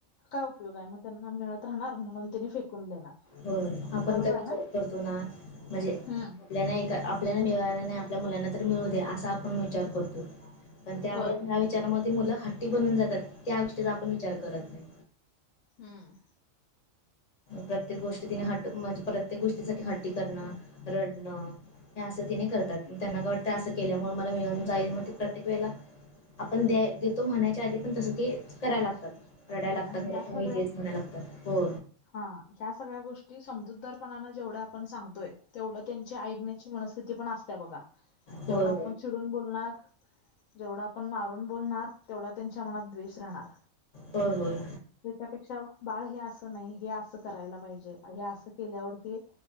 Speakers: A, on the left (about 90°); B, on the left (about 40°).
A: काय उपयोग आहे. मग त्यांना मिळत राहणार म्हणून तिने फेकून देणार,
B: होय आपण
A: बरोबर
B: काय
A: आहे
B: विचार
A: ना
B: करतो ना म्हणजे
A: हम्म
B: आपल्या नायक आपल्याला मिेळाला नाही आपल्या मुलांना तर मिळू दे असा आपण विचार करतो. कारण त्या
A: होय
B: आपल्या ह्या विचारामध्ये ते मुलं हट्टी बनून जातात. त्या गोष्टीचा आपण विचार करत नाही.
A: हम्म.
B: प्रत्येक गोष्टी तिने ह, म्हणजे प्रत्येक गोष्टीसाठी हट्टी करणं, रडणं, हे असं त्यानी करतात.
A: हम्म
B: त्यांना काय वाटत असं केल्यामुळे मला मिळून, जाईल म ते प्रत्येक वेळेला आपण द्या तो म्हणायच्या आधी पण तसं ते करायला लागतात, रडायला लागतात,
A: आणि ह्या
B: ख पाहिजेच
A: सगळ्या
B: म्हणाय लागतात. हो
A: हा, ह्या सगळ्या गोष्टी समजूतदारपणान जेवढं आपण सांगतोय तेवढं त्यांचे ऐकण्या मनस्थिती पण असते बघा, जेवढा
B: होय
A: आपण चिडून बोलणार जेवढा आपण मारून बोलणार, तेवढा त्यांच्या मनात द्वेष राहणार.
B: होय, होय,
A: त्याच्यापेक्षा बाळ हे असं नाही हे असं करायला पाहिजे हे असं केल्यावर हे